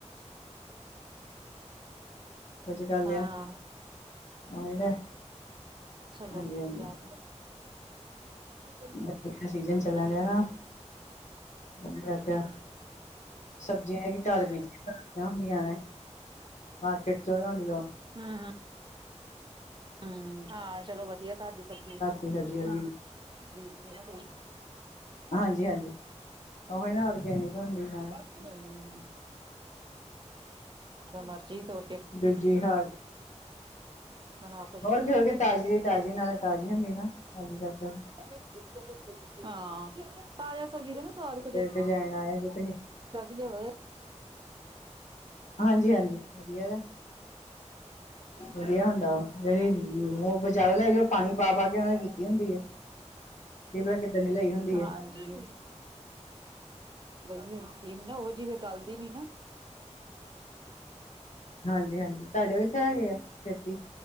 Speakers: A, on the left; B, on the right.
A: ਕਰ ਲੇਆ,
B: ਹਾਂ
A: ਉਈ ਤੇ
B: <unintelligible>
A: ਹਾਂਜੀ ਹਾਂਜੀ
B: ਹੂੰ
A: <unintelligible> ਸੀਜਨ ਚੱਲਣ ਡਹਾ ਨਾ <unintelligible> ਸਬਜ਼ੀਆਂ ਐਹੀਂ ਘਰ ਬੀਜੀਆਂ ਹੁੰਦੀਆਂ ਨੇ ਮਾਰਕੀਟ ਚ ਲਿਆਉਣ ਦੀ ਲੋੜ
B: ਹਾਂ ਹਾਂ ਹਮ ਹਾਂ ਚਲੋ ਵਧੀਆ ਘਰ ਦੀ ਸਬਜ਼ੀ
A: ਦੀ ਸਬਜ਼ੀ ਵਰਗੀ
B: ਰੀਤ ਨਹੀਂ ਨਾ ਕੋਈ
A: ਹਾਂਜੀ ਹਾਂਜੀ ਉਹੀ ਨਾ ਔਰਗੈਨਿਕ ਹੁੰਦੀ ਹਾਂ
B: ਹਮਮਮ ਜਦੋਂ ਮਰਜ਼ੀ ਤੋਰ
A: ਬਿੱਜੀ ਘਰ
B: ਬਣਾ ਸਬ
A: ਹੋਰ ਕੀ ਹੋਰ ਕਿ ਤਾਜ਼ੀ ਤਾਜ਼ੀ ਨਾਲ ਤਾਜ਼ੀ ਹੁੰਦੀ ਨਾ ਹਾਂਜ਼ੀ ਬੱਸ ਫੇਰ
B: <unintelligible> ਹਾਂ ਤਾਜ਼ਾ ਸਬਜ਼ੀ ਦਾ ਨਾ ਸਵਾਦ ਕੁੱਝ
A: ਡਜੈਣ ਆਯਾ <unintelligible>
B: ਲੱਗ ਜਾ ਵ
A: ਹਾਂਜੀ ਹਾਂਜੀ ਵਧੀਆ ਨਾ ਵਧਿਆ ਹੁੰਦਾ ਵ ਜਿਹੜੀ ਉਹ ਬਜ਼ਾਰੋਂ ਲੈ ਕੇ ਆਉ ਪਾਣੀ ਪਾ ਪਾ ਕੇ ਉਣਾਣੇ ਕੀਤੀ ਹੁੰਦੀ ਹੈ ਕਿ ਪਤਾ ਕਿੱਦਾਂ ਦੀ ਲਈ ਹੁੰਦੀ
B: ਹਾਂਜੀ
A: ਏ
B: <unintelligible> ਔਹੋ ਜੀ ਫੇ ਗੱਲਦੀ ਨੀ ਨਾ
A: ਹਾਂਜੀ ਹਾਂਜੀ ਤਾਡੇ ਵਿੱਚ ਹੈਗੇ ਐ ਖੇਤੀ